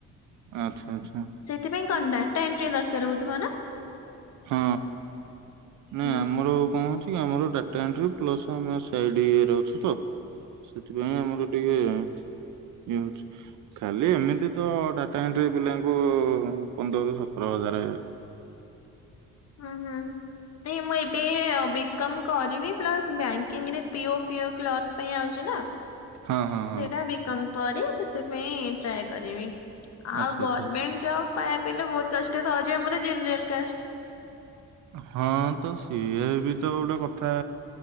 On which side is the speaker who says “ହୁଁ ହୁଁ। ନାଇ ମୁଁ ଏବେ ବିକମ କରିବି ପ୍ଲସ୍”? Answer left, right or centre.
Left